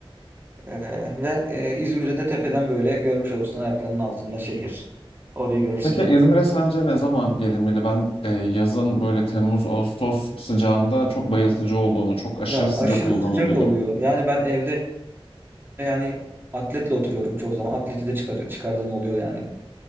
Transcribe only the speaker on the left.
Peki İzmir'e sence ne zaman gelinmeli? Ben e, yazın böyle Temmuz, Ağustos sıcağında çok bayıltıcı olduğunu, çok aşırı
sıcak
olduğunu
duydum.